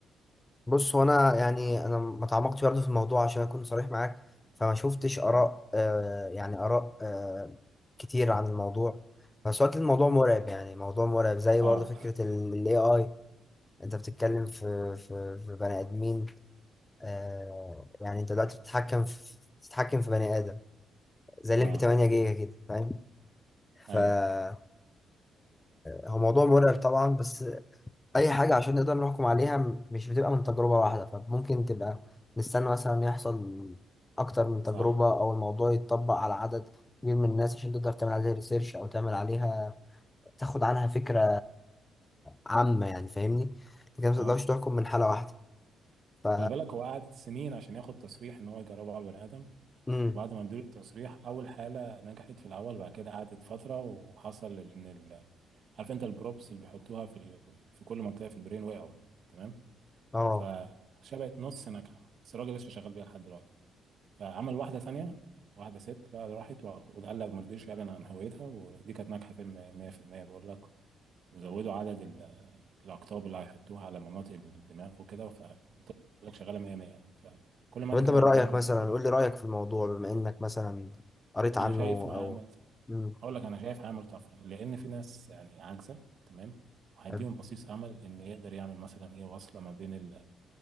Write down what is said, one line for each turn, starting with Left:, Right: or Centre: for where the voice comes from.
Left: بص هو انا يعني انا ما تعمقتش برضه في الموضوع عشان اكون صريح معاك فما شفتش اراء
Right: مم.
Left: آه يعني اراء آه كتير عن الموضوع بس وقت الموضوع مرعب يعني موضوع مرعب زي
Right: اه
Left: برضه فكره
Right: <laughs>
Left: الاي اي انت بتتكلم في في في بني ادمين آه يعني انت دلوقتي بتتحكم في بتتحكم في بني ادم زي
Right: اه
Left: الليمبي 8 جيجا كده فاهم
Right: ايوه
Left: ف آه هو موضوع مرعب طبعا بس اي حاجه عشان نقدر نحكم عليها م- مش بتبقى من تجربه واحده فممكن تبقى نستنى مثلا يحصل اكتر من تجربه
Right: صح
Left: او الموضوع يتطبق على عدد كبير من الناس عشان تقدر تعمل عليها ريسيرش او تعمل عليها تاخد عنها فكره عامه يعني فاهمني انت كده ما تقدرش
Right: اه
Left: تحكم من حاله واحده ف
Right: خلي بالك هو قعد سنين عشان ياخد تصريح ان هو يجربه على البني ادم
Left: امم
Right: وبعد ما اديله التصريح اول حاله نجحت في الاول بعد كده قعدت فتره وحصل ان ال... عارف انت البروبس اللي بيحطوها في ال... في كل منطقه في البرين وقعوا تمام
Left: اه
Right: فشبعت نص ناجحه بس الراجل لسه شغال بيها لحد دلوقتي فعمل واحده ثانيه واحده ست بقى راحت و- وقال لك ما رضيش يعلن عن هويتها ودي كانت ناجحه في 100% بقول لك وزودوا عدد ال- الأقطاب اللي هيحطوها على مناطق الدماغ وكده فبقول لك شغالة 100 100 يعني فكل ما
Left: طب
Right: ده
Left: انت
Right: كده
Left: من رايك
Right: عمال يعمل
Left: مثلا
Right: تجربة
Left: قول
Right: على
Left: لي
Right: الناس
Left: رايك في الموضوع بما انك مثلا قريت عنه
Right: أنا شايفه
Left: او
Right: هيعمل
Left: امم
Right: أقول لك أنا شايف هيعمل طفرة لأن في ناس يعني عاجزة تمام وهيديهم
Left: حلو.
Right: بصيص أمل إن يقدر يعمل مثلا إيه وصلة ما بين ال...